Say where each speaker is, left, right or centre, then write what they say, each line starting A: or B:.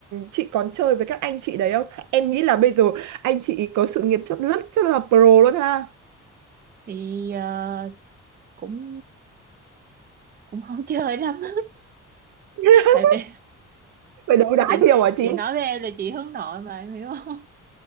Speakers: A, on the right (about 80°); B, on the right (about 30°).
A: chị còn chơi với các anh chị đấy không? Em nghĩ là bây giờ anh chị có sự nghiệp rất rất rất là pro luôn ha.
B: thì ờ, cũng cũng không chơi lắm
A: <laughs>
B: <laughs> tại vì
A: Phải đấu đá
B: chị
A: nhiều hả chị?
B: chị nói với em là chị hướng nội mà em hiểu không